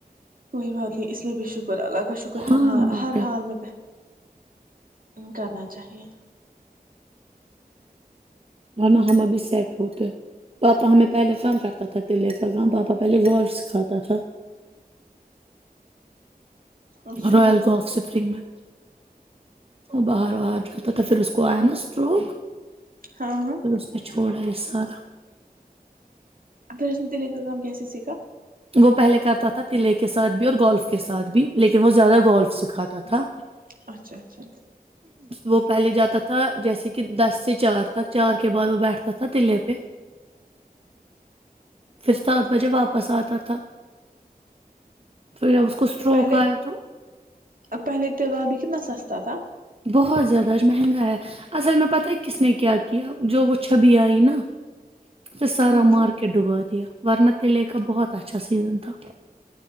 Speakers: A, on the right (about 65°); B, on the right (about 40°).
A: کوئی بات نہیں اس لیے بھی شوک شکر اللہ کا شکر ہ
B: ہاں اور
A: ہر
B: کیا
A: حال میں کرنا چاہیے
B: اور ن ہم ابھی سیٹ ہوتے پاپا ہمیں پہلے کام کرتا تھا تلے کا کہم پاپا پہلے گول س کھاتا تھا
A: اچھا
B: رائل کوف سفرنگ میں وہ بہر واہر جو پھر اس کوئین س اسٹروگ
A: ہاں ہاں
B: پ اس نے چھوڑا ا سار
A: پھر اس د لے کا کام کیسے سیکھا
B: وہ پہلے کرتا تھا تلعے کے ساتھ بھی اور گولف کے ساتھ بھی لیکن وہ زیادہ گولف سکھاتا تھا
A: اچھا اچھا
B: وہ پہلے جاتا تھا جیسے کہ دس سے چار تک چار کے بعد وہ بیٹھتا تھا تلے پہ پھر بجے واپس آتا تھا پھر کو اسٹروک
A: پہلے
B: آیا تو
A: ا پہلے تہوار بھی کنا سستا تھا
B: بہت زیادہ آج مہنگا ہے اصل میں پتہ ہے کس نے کیا کیا جو وہ چھبی آئی نا سھ سارا
A: ہ ہ
B: مارکیٹ ڈبا دیا ورنہ تلے کا بہت اچھا سیزن تھا